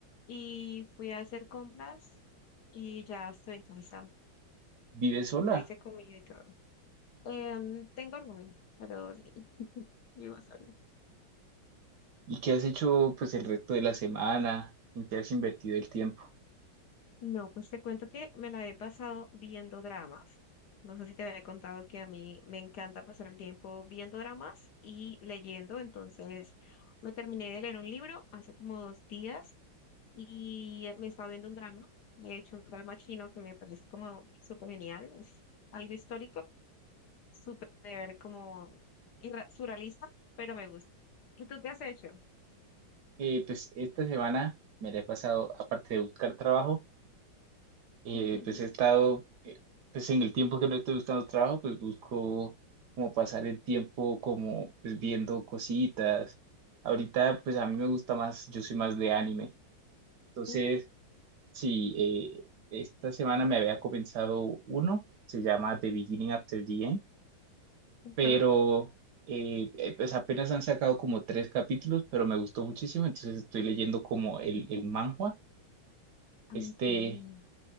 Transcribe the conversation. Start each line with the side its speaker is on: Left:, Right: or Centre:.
Left: y fui a hacer compras y ya estoy en casa.
Right: ¿Vives sola?
Left: Ya hice comida y todo. Em, tengo rumen, pero sí, <laughs> vivo sola.
Right: ¿Y qué has hecho pues el resto de la semana? ¿En qué has invertido el tiempo?
Left: No, pues te cuento que me la he pasado viendo dramas. No sé si te había contado que a mí me encanta pasar el tiempo viendo dramas y leyendo. Entonces, me terminé de leer un libro hace como dos días y eh, me estaba viendo un drama. De hecho, un drama chino que me parece como súper genial. Es algo histórico, súper como irra- surrealista, pero me gusta. ¿Y tú qué has hecho?
Right: Eh, pues esta semana me la he pasado, aparte de buscar trabajo, Eh,
Left: <laughs>
Right: pues he estado, eh, pues en el tiempo que no estoy buscando trabajo, pues busco como pasar el tiempo como pues viendo cositas. Ahorita pues a mí me gusta más, yo soy más de anime. Entonces,
Left: Ujú.
Right: sí, eh, esta semana me había comenzado uno, se llama The Beginning After the End,
Left: Ajá.
Right: pero eh, eh, pues apenas han sacado como tres capítulos, pero me gustó muchísimo, entonces estoy leyendo como el, el manhwa.
Left: Ah,
Right: Este...
Left: Ok.